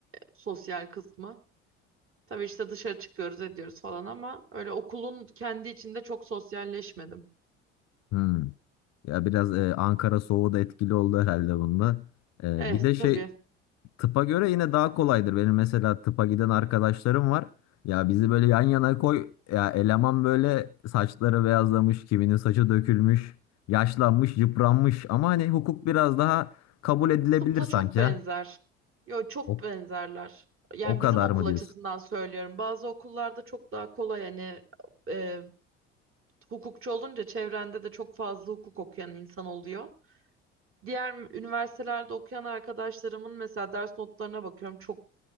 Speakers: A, on the right (about 35°); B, on the left (about 45°).
A: sosyal kısmı. Tabii işte dışarı çıkıyoruz ediyoruz falan ama öyle okulun kendi içinde çok sosyalleşmedim.
B: Hmm. Ya biraz e, Ankara soğuğu da etkili oldu herhalde bunda. E,
A: Eh
B: bir de şey
A: tabii
B: Tıpa göre yine daha kolaydır. Benim mesela tıpa giden arkadaşlarım var. Ya bizi böyle yan yana koy. Ya eleman böyle saçları beyazlamış, kiminin saçı dökülmüş, yaşlanmış, yıpranmış. Ama hani hukuk biraz daha kabul edilebilir
A: tıpla
B: sanki
A: çok benzer.
B: ha.
A: Yo çok
B: O,
A: benzerler. Yani
B: o kadar
A: bizim okul
B: mı diyorsun?
A: açısından söylüyorum. Bazı okullarda çok daha kolay hani e, hukukçu olunca çevrende de çok fazla hukuk okuyan insan oluyor. Diğer üniversitelerde okuyan arkadaşlarımın mesela ders notlarına bakıyorum çok